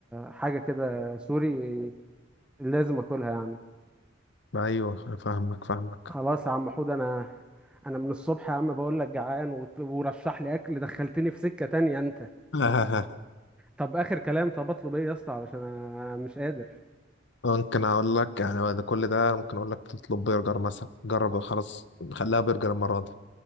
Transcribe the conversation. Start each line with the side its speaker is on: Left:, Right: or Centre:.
Centre: حاجه كده سوري لازم اكلها يعني
Left: ايوه فاهمك فاهمك
Centre: خلاص يا عم حود انا انا من الصبح يا عم بقول لك جعان وت- ورشح لي اكل دخلتني في سكه تانية انت
Left: <laughs>
Centre: طب اخر كلام طب اطلب ايه يا اسطى علشان انا مش قادر
Left: ممكن اقول لك يعني بعد كل ده ممكن اقول لك تطلب برجر مثلا جرب خلاص خليها برجر المره دي